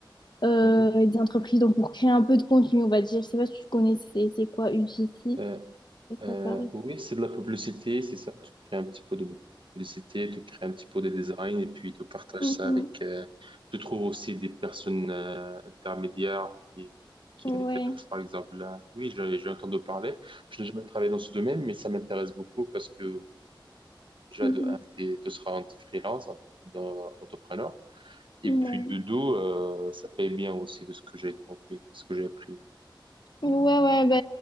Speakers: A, on the left; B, on the right.
A: euh,
B: Mhm.
A: et des entreprises, donc pour créer un peu de contenu, on va dire. Je sais pas si tu connais, c'est c'est quoi UGC?
B: Euh,
A: Ça
B: Euh,
A: ça parle.
B: oui, c'est de la publicité, c'est ça. Tu crées un petit peu de publicité, tu crées un petit peu de design et puis tu partages
A: Mhm.
B: ça avec. euh, tu trouves aussi des personnes euh, intermédiaires qui, qui
A: Ouais.
B: intéressent, par exemple, là. Oui, j'ai j'ai entendu parler. Je n'ai jamais travaillé dans ce domaine, mais ça m'intéresse beaucoup parce que déjà,
A: Mhm.
B: de un, t'es- tu seras en freelance, en- dans, entrepreneur. Et
A: Ouais.
B: puis de deux, euh, ça paye bien aussi de ce que j'ai compris, ce que j'ai appris.
A: Ouais, ouais, bah,